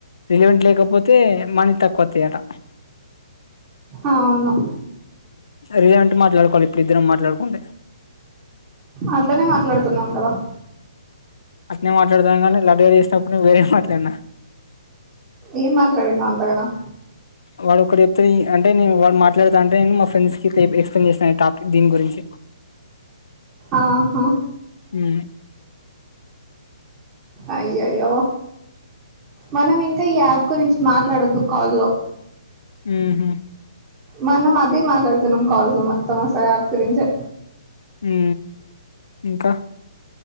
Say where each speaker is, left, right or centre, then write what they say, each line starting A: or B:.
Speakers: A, on the left; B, on the right.
A: రిలెవెంట్ లేకపోతే మనీ తక్కువత్తయట
B: అవును
A: రిలెవెంట్ మాట్లాడుకోవాలి ఇప్పుడిద్దరం మాట్లాడుకుంటె
B: అట్లనే మాట్లాడుతున్నం కదా
A: అట్నే మాట్లాడుతానం గనీ లడ్డుగాడు చేసినప్పుడు వేరే మాట్లాడ్నా
B: ఏం మాట్లాడినవ్ అంతగనం
A: వాడు ఒక్కటి చెప్తే ఈ అంటే నేను వాడు మాట్లాడుతాంటే నేను మా ఫ్రెండ్స్ కి ఎక్స్ప్లెయిన్ చేసిన ఈ టాపిక్ దీని గురించి
B: ఆహా
A: ఉమ్
B: అయ్యయ్యో మనం ఇంకా ఈ యాప్ గురించి మాట్లాడొద్దు కాల్ లో
A: ఊహు
B: మనం అదే మాట్లాడుతున్నం కాల్స్ లో మొత్తం అసల్ ఆప్ గురించే
A: ఊ ఇంకా